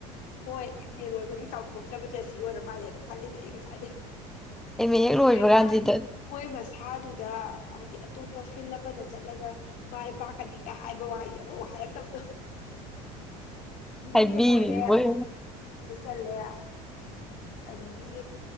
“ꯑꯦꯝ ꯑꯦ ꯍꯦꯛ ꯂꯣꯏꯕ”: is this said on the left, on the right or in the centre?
Centre